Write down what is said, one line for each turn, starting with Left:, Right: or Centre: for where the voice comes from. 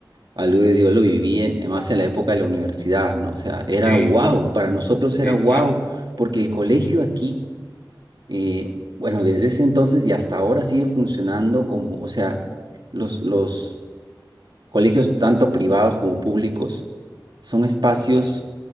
Right: Algo que yo lo viví en, más en la época de la universidad, ¿no? O sea, era
Left: Sí,
Right: wow, para nosotros era
Left: sí,
Right: wow,
Left: claro,
Right: porque el colegio aquí, eh, bueno, desde ese entonces y hasta ahora sigue funcionando como, o sea, los, los colegios tanto privados como públicos son espacios